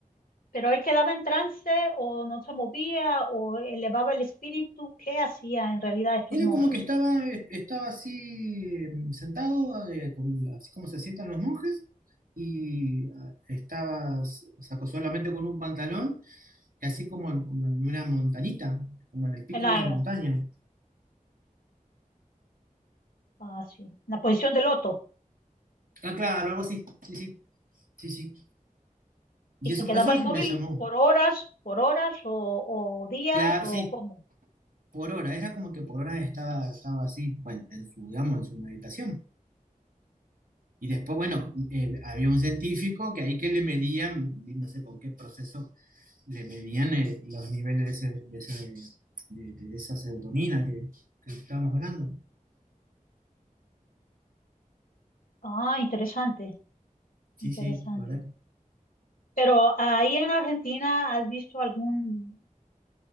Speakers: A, on the left; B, on the right.
A: Pero él quedaba en trance o no se movía o elevaba el espíritu. ¿Qué hacía en realidad estos
B: Y
A: monjes?
B: él como que estaba, estaba así eh, sentado, eh, con la- así como se sientan los monjes, y ah, estaba, o sea, con- solamente con un pantalón, y así como en, como en una montañita, como en el pico
A: En la,
B: de una montaña.
A: ah, sí, en la posición de loto.
B: Ah, claro, algo así, sí, sí, sí, sí. Y
A: ¿Y se
B: eso,
A: quedaba
B: eso
A: inmóvil
B: me llamó,
A: por horas, por horas o, o días
B: claro,
A: o
B: sí,
A: cómo?
B: por hora, era como que por hora estaba, estaba así, bueno, en su, digamos, en su meditación. Y después, bueno, eh, había un científico que ahí que le medían, no sé con qué proceso le medían el- los niveles de, ese- de, ese- de- de esa serotonina que, que estábamos hablando.
A: Ah, interesante,
B: Sí,
A: interesante.
B: sí, la verdad.
A: Pero ahí en Argentina, ¿has visto algún